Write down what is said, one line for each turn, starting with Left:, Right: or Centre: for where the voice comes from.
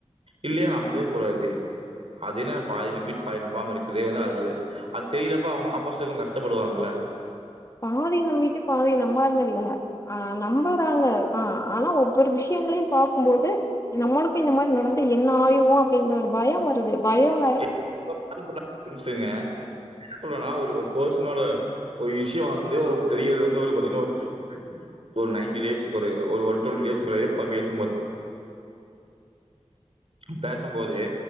Right: இல்லையா நம்பவே கூடாது அது என்னா அது பாதி நம்பிட்டு பாதி நம்பாம இருக்கறது வந்து அது அது தெரியறப்ப அவங்க ஆப்போசிட்ல இருக்கவங்க கஷ்டப்படுவாங்கல்ல
Left: பாதி நம்பிட்டு பாதி நம்பாம இல்ல ஆ நம்பறாங்க தா ஆனா ஒவ்வொரு விஷயங்களையு பார்க்கும்போது நம்மளுக்கு இந்த மாரி நடந்து என்ன ஆயிடுவோ அப்படிங்கற ஒரு பயம் வருது பயம்
Right: <inaudible> புரிஞ்சிங்க என்ன சொல்றனா ஒரு ஒரு பெர்சனோட ஒரு இஷ்யூ வந்து ஒரு பெரிய இது வந்து ஒரு பாத்தீங்னா ஒரு ஒரு நைன்டி டேஸ் ஒரு ஒன் டுவெண்டி டேஸ் முன்னாடியே பாத்து பேசும்போது பேசும்போதே